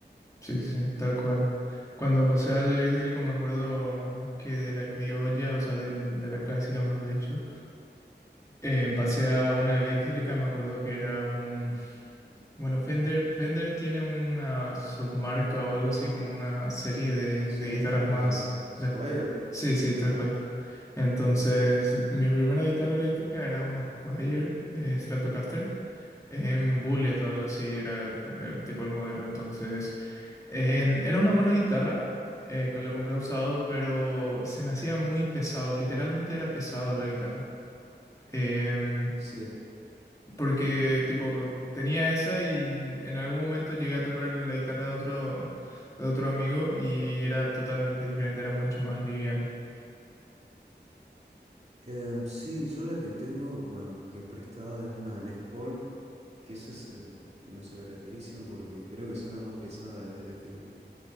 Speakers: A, on the left; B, on the right.
A: Sí, sí, tal cual. Cuando pasé al eléctrico me acuerdo que de la criolla, o sea, del- de la clásica, mejor dicho, eh, pasé a una eléctrica, me acuerdo que era un... Bueno, Fender, Fender tiene una submarca o algo así, como una serie de,
B: Sí,
A: de guitarras más...
B: la Squire.
A: las- Sí, sí, tal cual. Entonces, mi primera guitarra eléctrica era una Squier eh, Stratocaster en Bullet o
B: Ujú.
A: algo así era el tipo el modelo. Entonces, en- era una buena guitarra, eh, que lo compré usado, pero se me hacía muy pesado, literalmente era pesado la guitarra. Em,
B: Sí.
A: porque tipo tenía esa y en algún momento llegué a tocar la guitarra de otro, de otro amigo y era totalmente diferente, era mucho más liviano.
B: Em, sí, yo la que tengo, bueno, que es prestada es una Les Paul, que esas se, bueno, se caracterizan porque creo que son las más pesadas de las eléctricas.